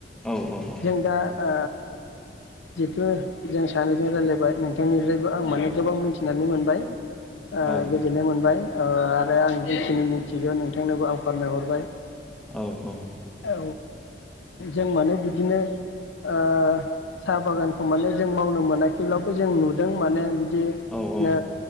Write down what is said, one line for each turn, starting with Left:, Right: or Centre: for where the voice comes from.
Centre: औ औ औ।
Left: जों दा ओ जिथु जों सानैजों रायलायबाय नों थांनिफ्रायबो आं
Centre: औ
Left: माने गोबां मोन थिनानै मोनबाय। ओ
Centre: औ
Left: गोजोननाय मोनबाय ओ आरो आं जि मिन्थिगौ नोंथांनोबो आं फोरमायहरबाय।
Centre: औ औ।
Left: औ जों माने बिदिनो ओ साहा बागानखौ माने जों मावनो मोनाखैब्लाबो जों नुदों माने बि दि
Centre: औ औ
Left: नो